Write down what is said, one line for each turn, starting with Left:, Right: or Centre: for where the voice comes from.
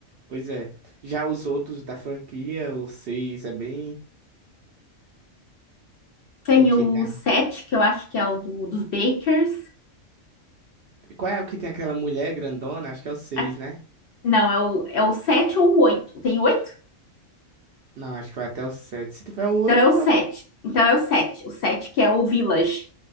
Right: pois é. Já os outros da franquia, o 6 é bem.
Left: Tem
Right: O que
Left: o
Right: tem? a-
Left: 7, que eu acho que é o do- dos Bakers.
Right: Qual é o que tem aquela mulher grandona? Acho que é o 6,
Left: Aqui-
Right: né?
Left: não, é o, é o 7 ou o 8. Tem 8.
Right: Não, acho que vai até o 7. Se tiver o oito
Left: Então é o
Right: pode.
Left: 7. Então é o 7. O 7 que é o Village.